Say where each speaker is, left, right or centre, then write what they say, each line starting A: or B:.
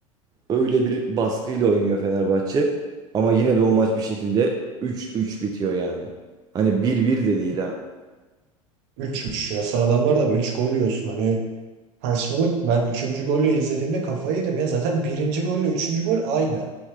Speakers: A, on the right (about 20°); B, on the right (about 55°).
A: Öyle bir baskıyla oynuyor Fenerbahçe. Ama yine de o maç bir şekilde üç üç bitiyor yani. Hani bir bir de değil ha.
B: Üç üç. ya. Sen adamlardan 3 gol yiyorsun. Hani saçmalık. Ben üçüncü golü izlediğimde kafayı yedim ya. Zaten birinci golle üçüncü gol aynı.